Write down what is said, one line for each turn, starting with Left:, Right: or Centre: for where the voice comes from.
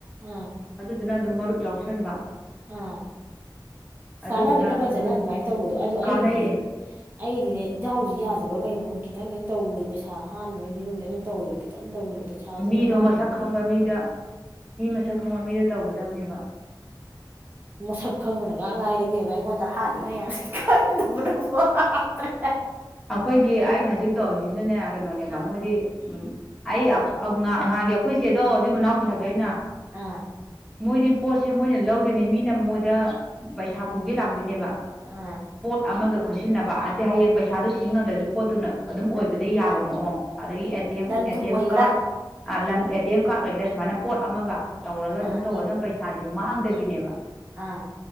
Right: ꯑꯥ
Centre: ꯑꯗꯨꯗꯨꯅ ꯑꯗꯨꯝ ꯃꯔꯨꯞ ꯌꯥꯎꯁꯟꯕ
Right: ꯑꯥ
Centre: ꯑꯗꯨꯗꯨꯅ
Right: ꯀꯥꯟꯅꯕꯅꯤ ꯐꯖꯅ
Centre: ꯑꯗꯨ
Right: ꯑꯗꯨꯃꯥꯏꯅ ꯇꯧꯕꯗꯣ ꯑꯗꯨ
Centre: ꯀꯥꯟꯅꯩꯌꯦ
Right: ꯑꯩꯒꯤꯗꯤ ꯑꯩꯗꯤꯅꯦ ꯏꯖꯗꯥꯎꯁꯤ ꯌꯥꯗꯕ꯭ꯔꯥ ꯀꯩꯅꯣ ꯈꯤꯇꯪ ꯍꯦꯛ ꯇꯧꯔꯔꯤꯕ ꯄꯩꯁꯥ ꯍꯥꯠꯅꯕꯒꯤ ꯐꯤꯕꯝꯗ ꯑꯗꯨꯝ ꯇꯧꯋ ꯈꯤꯇꯪ ꯇꯧꯔꯤ ꯄꯩꯁꯥꯁꯦ
Centre: ꯃꯤꯗꯣ
Right: ꯍꯦꯛꯇ ꯃꯥꯡꯉꯤ
Centre: ꯃꯁꯛ
Right: ꯐꯤꯕꯝꯗ
Centre: ꯈꯪꯕ ꯃꯤꯗ ꯃꯤ ꯃꯁꯛ ꯈꯪꯕ ꯃꯤꯗ ꯇꯧꯒꯗꯕꯅꯦꯕ
Right: ꯃꯁꯛ ꯈꯪꯕꯅ ꯉꯥꯡ ꯉꯥꯏꯔꯤꯕꯕꯦꯝꯃ ꯑꯩꯉꯣꯟꯗ ꯍꯥꯜꯂꯤ ꯌꯥꯝ ꯁꯤ ꯀ ꯇ ꯄꯨꯅ ꯄ ꯑꯠꯇ
Centre: ꯑꯩꯈꯣꯏꯒꯤ ꯑꯩꯅ ꯍꯧꯖꯤꯛ ꯇꯧꯔꯤꯁꯤꯅꯅꯦ ꯀꯩꯅꯣꯅꯦꯕ
Right: ꯑꯥ
Centre: ꯃꯣꯏꯗꯤ ꯎꯝ ꯑꯩ ꯑꯉꯥꯡꯒꯤ ꯑꯩꯈꯣꯏ ꯏꯆꯦꯗꯣ ꯑꯗꯨꯏ ꯃꯅꯥꯎ ꯄꯤꯍꯧꯗꯣꯏꯅ
Right: ꯑꯥ
Centre: ꯃꯣꯏꯗꯤ ꯄꯣꯠꯁꯦ ꯃꯣꯏꯅ ꯂꯧꯗꯣꯏꯅꯦ ꯃꯤꯅ ꯃꯣꯏꯗ ꯄꯩꯁꯥ ꯄꯨꯒꯦ ꯂꯥꯛꯇꯣꯏꯅꯦꯕ
Right: ꯑꯥ
Centre: ꯄꯣꯠ ꯑꯃꯒ ꯈꯨꯠꯁꯤꯟꯅꯕ ꯑꯗꯩ ꯍꯌꯦꯡ ꯄꯩꯁꯥꯗꯣ ꯤꯡꯝꯗꯁꯨ ꯄꯣꯠꯇꯨꯅ ꯑꯗꯨꯝ ꯑꯣꯏꯕꯗ ꯌꯥꯕ ꯃꯑꯣꯡ ꯑꯗꯒꯤ ꯑꯦꯇꯦꯝ
Right: ꯂꯟ
Centre: ꯀꯔ
Right: ꯊꯨꯝ ꯑꯣꯏꯒꯦꯔꯥ
Centre: ꯑꯦ ꯇꯤ ꯑꯦꯝ ꯀꯥꯔ ꯑꯣꯏꯒꯦꯔꯥ ꯁꯨꯃꯥꯏꯅ ꯄꯣꯠ ꯑꯃꯒ ꯇꯧꯔꯒ ꯑꯗꯨꯝ
Right: ꯑꯥ
Centre: ꯇꯧꯕ ꯑꯗꯨꯅ ꯄꯩꯁꯥꯁꯦ ꯃꯥꯡꯗꯕꯤꯅꯦꯕ
Right: ꯑꯥ